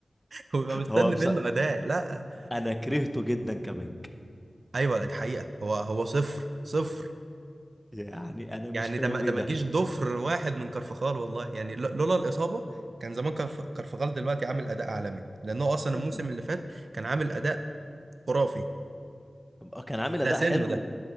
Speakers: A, on the right; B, in the centre.
A: <laughs> ويبقى مستني
B: هو بص...
A: منه اداء لا
B: انا كرهته جدا كباك
A: ايوه دي حقيقه هو هو صفر صفر
B: يعني انا مش
A: يعني
B: فاهم
A: ده ما ده
B: ايه
A: ما
B: ده
A: جيش ضفر واحد من كارفخال والله يعني لو- لولا الاصابه كان زمان كارف- كارفخال دلوقتي عامل اداء عالمي لانه اصلا الموسم
B: أم- أم-
A: اللي فات كان عامل اداء خرافي
B: آه، كان عامل
A: ده
B: اداء
A: سنه
B: حلو
A: ده